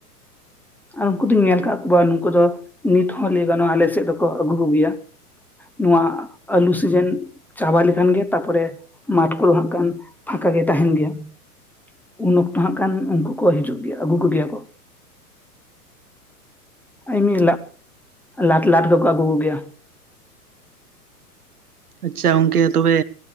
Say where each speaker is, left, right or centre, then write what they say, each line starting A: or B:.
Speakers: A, in the centre; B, on the right (about 70°).
A: ᱟᱨ ᱩᱝᱠᱩ ᱫᱩᱧ ᱧᱮᱞ ᱟᱠᱟᱫ ᱠᱚᱣᱟ ᱱᱩᱠᱩ ᱫᱚ ᱱᱤᱛ ᱦᱚᱸ ᱞᱟᱹᱭ ᱜᱟᱱᱚᱜᱼᱟ ᱟᱞᱮ ᱥᱮᱫ ᱫᱚᱠᱚ ᱟᱹᱜᱩ ᱠᱚᱜᱮᱭᱟ᱾ ᱱᱚᱣᱟ ᱟᱹᱞᱩ ᱥᱤᱡᱮᱱ ᱪᱟᱵᱟ ᱞᱮᱠᱷᱟᱱ ᱜᱮ ᱛᱟᱨᱯᱚᱨᱮ ᱢᱟᱴ ᱠᱚᱫᱚ ᱦᱟᱸᱜ ᱠᱷᱟᱱ ᱯᱷᱟᱸᱠᱟ ᱜᱮ ᱛᱟᱦᱮᱸᱱ ᱜᱮᱭᱟ ᱾ ᱩᱱ ᱚᱠᱛᱚ ᱦᱟᱸᱜ ᱠᱷᱟᱱ ᱩᱝᱠᱩ ᱠᱚ ᱦᱤᱡᱩᱜ ᱜᱮᱭᱟ ᱟᱹᱜᱩ ᱠᱚᱜᱮᱭᱟ ᱠᱚ᱾ ᱮᱢᱱᱤ ᱞᱟᱴ ᱞᱟᱴ ᱫᱚᱠᱚ ᱟᱹᱜᱩ ᱠᱚ ᱜᱮᱭᱟ᱾
B: ᱟᱪᱪᱷᱟ ᱜᱚᱝᱠᱮ ᱛᱚᱵᱮ